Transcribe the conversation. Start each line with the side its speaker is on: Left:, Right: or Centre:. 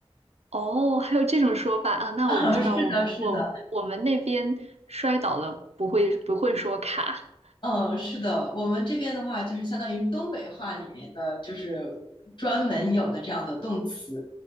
Right: 哦，还有这种说法啊？
Left: <laughs>
Right: 那我不知道，
Left: 啊，是的，
Right: 我们我我们那边摔倒了不会不会说卡，
Left: 哦是的，嗯，是的，我们这边的话就是相当于东北话里面的，就是专门有的这样的动词，